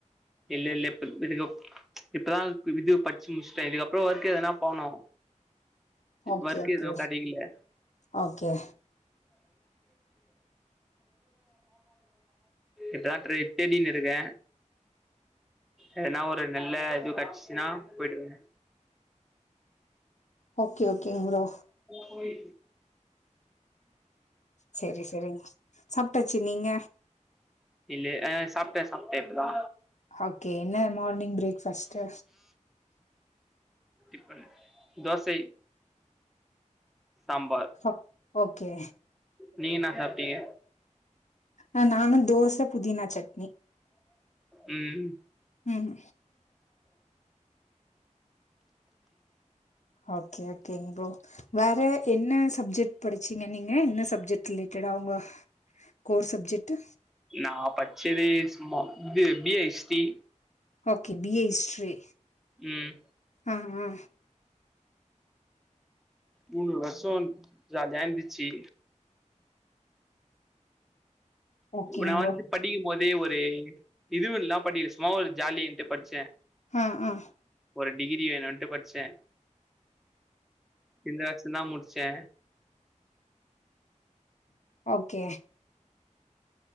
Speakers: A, in the centre; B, on the left.
A: இல்ல இல்ல இப்ப விடுகோ இப்பதா இது பட்ச்சு முட்ச்சுட்ட இதுக்கப்றோ ஒர்க்கு எதுனா போனு
B: ஓகே
A: ஒர்க்
B: ஓகே
A: எதுவு கெடைக்கல
B: ஓகே
A: இதா ட்ரே தேடினு இருக்க எதுனா ஒரு நல்ல இது கெட்சுச்சுனா போய்ட்டுவ
B: ஓகே ஓகேங் ப்ரோ
A: போய்
B: செரி செரிங்க சாப்ட்டாச்சு நீங்க
A: இல்ல ஆ சாப்ட்ட சாப்ட்டே இப்பதா
B: ஓகே என்ன morning breakfast
A: tiffin dosa sambar
B: அப் ஓகே
A: நீங் என்னா சாப்ட்டீங்க
B: ஆ நானு தோச புதினா சட்
A: ம்
B: ம் ஓகே ஓகேங் ப்ரோ வேற என்ன சப்ஜெக்ட் படுச்சீங்க நீங்க என்ன சப்ஜெக்ட் ரிலேடட் எடா ஒங்க கோர் சப்ஜெட்டு
A: நா பட்ச்சது சும்மா இது B A history
B: okay B A history
A: ம்
B: ஆ ஆ
A: மூணு வருஷோ ஜாலியாந்துச்சி
B: ஓகேங்
A: நா வந்து
B: ப்ரோ
A: படிக்கும் போதே ஒரு இதுவில்லா படிக்கல சும்மா ஒரு ஜாலின்ட்டு பட்ச்சே
B: ஹா அ
A: ஒரு டிகிரி வேணூன்ட்டு பட்ச்சே இந்த வருஷ்ந்தா முட்ச்சே
B: ஓகே